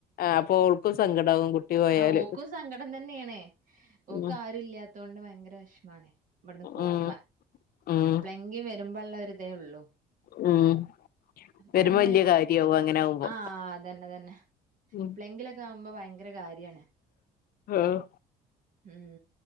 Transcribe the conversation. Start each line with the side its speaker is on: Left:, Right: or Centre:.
Left: ആഹ് അപ്പൊ ഓൾക്കും സങ്കടാവും കുട്ടി പോയാല്
Right: ആഹ് ഓക്കും സങ്കടം തന്നേണ് ഓക്ക്ആരുംല്ലാ
Left: ഉം
Right: തോണ്ട് ഭയങ്കര വെഷ്മാണ് ഇപട്ന്ന്
Left: ഉം
Right: പോഉമ്പ.
Left: ഉം
Right: ങ്കി വരുമ്പൊള്ള ഒരുതേ ഒള്ളൂ.
Left: ഉം
Right: അപ്പപിന്നെ
Left: വരുമ്പോ വല്യ കാര്യാവും അങ്ങനെ ആവുമ്പോ
Right: ആഹ് അതന്നെതന്നെ ഏപ്പളേങ്കിലൊ
Left: ഉം
Right: താവുമ്പൊ ഭയങ്കരകാര്യാണ്
Left: ആഹ്
Right: ഉം